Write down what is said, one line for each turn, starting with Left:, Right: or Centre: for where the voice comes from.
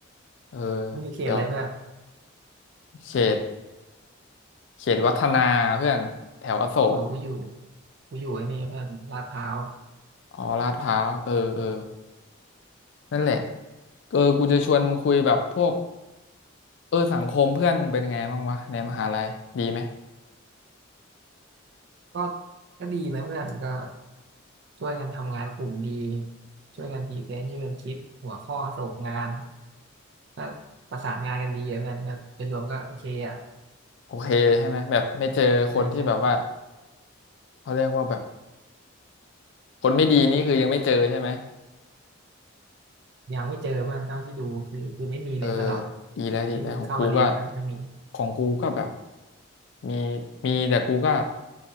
Left: เออ
Right: มึงอยู่เขตอะไรเพื่อน
Left: เดี๋ยวเขตเขตวัฒนาเพื่อนแถวอโศก
Right: อ๋อกูอยู่กูอยู่ไอ้นี่เพื่อนลาดพร้าว
Left: อ๋อลาดพร้าวเออเออ นั่นแหละเออกูจะชวนมึงคุยแบบพวกเออสังคมเพื่อนมึงเป็นไงบ้างวะในมหาลัยดีไหม
Right: ก็ก็ดีนะเพื่อนก็ช่วยกันทำงานกลุ่มดีช่วยกันพรีเซนต์ช่วยกันคิดหัวข้อส่งงานก็ประสานงานกันดีอะเพื่อนก็เป็นรวมก็โอเคอ่ะ
Left: โอเคเลยใช่ไหมแบบไม่เจอคนที่แบบว่า
Right: ใช่ใช่
Left: เขาเรียกว่าแบบคนไม่ดีนี่คือยังไม่เจอใช่ไหม
Right: ยังไม่เจอเพื่อนเท่าที่ดูคือคือไม่มีเลยตลอด
Left: เออดีแล้วดีแล้วของกูก็
Right: ที่เพิ่งเข้ามาเรียนนะไม่มี
Left: ของกูก็แบบมีมีแต่กูก็